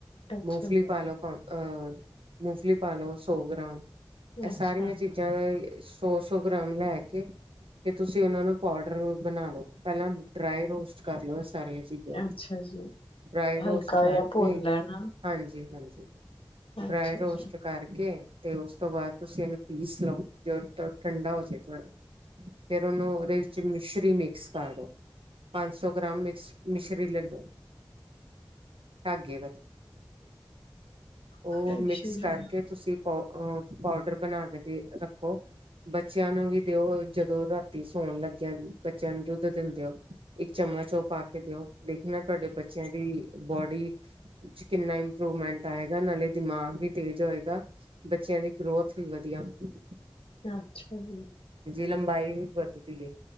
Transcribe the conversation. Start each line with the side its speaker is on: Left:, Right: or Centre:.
Left: ਅੱਛਾ
Right: ਮੂੰਫਲੀ
Left: ਜੀ,
Right: ਪਾਲੋ ਪਾ ਅ ਮੂੰਫਲੀ ਪਾਲੋ ਸੌ ਗ੍ਰਾਮ। ਇਹ
Left: ਅੱਛਾ।
Right: ਸਾਰੀਆਂ ਚੀਜ਼ਾਂ ਸੌ, ਸੌ ਗ੍ਰਾਮ ਲੈ ਕੇ, ਤੇ ਤੁਸੀਂ ਉਹਨਾ ਨੂੰ ਪਾਊਡਰ ਬਣਾ ਲੋ ਪਹਿਲਾਂ ਡਰਾਈ ਰੋਸਟ ਕਰ ਲੋ ਸਾਰੀਆਂ ਚੀਜ਼ਾਂ ਨੂੰ,
Left: ਅੱਛਾ ਜੀ।
Right: ਡਰਾਈ ਰੋਸਟ
Left: ਹਲਕਾ
Right: ਕਰਕੇ
Left: ਜਾ ਭੁੰਨ ਲੈਣਾ,
Right: ਹਾਂਜੀ, ਹਾਂਜੀ। <inaudible> ਡਰਾਈ
Left: ਅੱਛਾ
Right: ਰੋਸਟ
Left: ਜੀ,
Right: ਕਰਕੇ ਤੇ ਉਸ ਤੋਂ ਬਾਅਦ ਤੁਸੀਂ ਇਹਨੂੰ ਪੀਸ ਲਓ, ਜੋ ਠੰਡਾ ਹੋਜੇ ਥੋੜਾ। ਫੇਰ ਉਹਨੂੰ ਉਹਦੇ ਵਿੱਚ ਮਿਸ਼ਰੀ ਮਿਕਸ ਪਾ ਦੋ ਪੰਜ ਸੌ ਗ੍ਰਾਮ ਮੇਥ ਮਿਸ਼ਰੀ ਲੇ ਲੋ ਧਾਗੇ ਵਧੀਆ ਉ
Left: ਅੱਛਾ
Right: ਮਿਕਸ ਕਰਕੇ
Left: ਜੀ,
Right: ਤੁਸੀਂ ਪੋ ਪਾਊਡਰ ਬਣਾ ਕੇ ਦੇ ਰੱਖੋ ਬੱਚਿਆਂ ਨੂੰ ਵੀ ਦਿਓ ਜਦੋਂ ਰਾਤੀ ਸੋਣ ਲੱਗਿਆ ਬੱਚਿਆਂ ਨੂੰ ਦੁੱਧ ਦਿੰਦੇ ਹੋ ਇੱਕ ਚਮਚ ਪਾ ਕੇ ਦਿਓ ਦੇਖਣਾ ਤੁਹਾਡੇ ਬੱਚਿਆਂ ਦੀ ਬੋਡੀ ਚ ਕਿੰਨਾ ਇੰਪਰੂਵਮੈਂਟ ਆਏਗਾ ਨਾਲੇ ਦਿਮਾਗ ਵੀ ਤੇਜ਼ ਹੋਏਗਾ ਬੱਚਿਆਂ ਦੀ ਗਰੋਥ ਵਧੀਆ ਹੁੰਦੀ ਹੈ
Left: ਅੱਛਾ ਜੀ
Right: ਲੰਬਾਈ ਵੀ ਵਧਦੀ ਹ